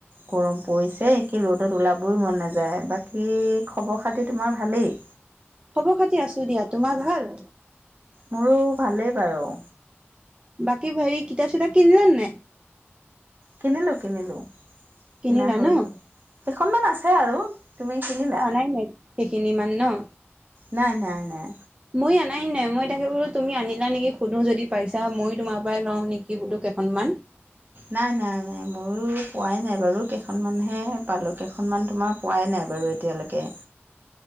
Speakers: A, on the right; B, on the right.
A: গৰম পৰিছে কি ৰ'দত ওলাবই মন নাযায়, বাকী খবৰ-খাতি তোমাৰ ভালেই।
B: খবৰ-খাতি আছো দিয়া, তোমাৰ ভাল?
A: মোৰো ভালেই বাৰু।
B: বাকী হেৰি কিতাপ-চিতাপ কিনিলা নাই?
A: কিনিলো, কিনিলো।
B: কিনিলা
A: কিনা হৈ
B: ন
A: গ'ল, কেইখনমান আছে আৰু তুমি কিনিলা?
B: আনাই নাই সেইখিনি মান নহ?
A: নাই, নাই, নাই।
B: মইও আনাই নাই, মই তাকে বোলো তুমি আনিলা নেকি সোধোঁ যদি পাইছা মইয়ো তোমাৰ পৰাই লওঁ নেকি বোলো কেইখনমান? <inaudible>
A: নাই, নাই, নাই, মইও পোৱাই নাই বাৰু কেইখনমানহে পালোঁ কেইখনমান তোমাৰ পোৱাই নাই বাৰু এতিয়ালৈকে।